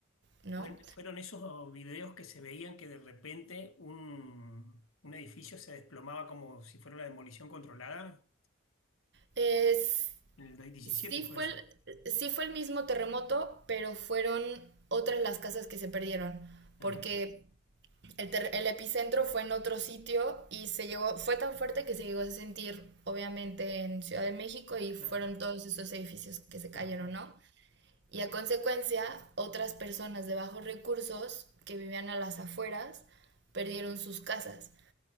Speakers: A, on the right; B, on the left.
A: ¿no?
B: fue- fueron esos videos que se veían que de repente un, un edificio se desplomaba como si fuera una demolición controlada.
A: Es,
B: En el 2017
A: sí,
B: fue
A: fue
B: eso.
A: el, sí fue el mismo terremoto, pero fueron otras las casas que se perdieron,
B: Ajá,
A: porque El, ter- el epicentro fue en otro sitio y se llegó, fue tan fuerte que se llegó a sentir, obviamente, en Ciudad de México y
B: claro,
A: fueron todos esos edificios que se cayeron,
B: ajá,
A: ¿no? Y a consecuencia, otras personas de bajos recursos que vivían a las afueras perdieron sus casas.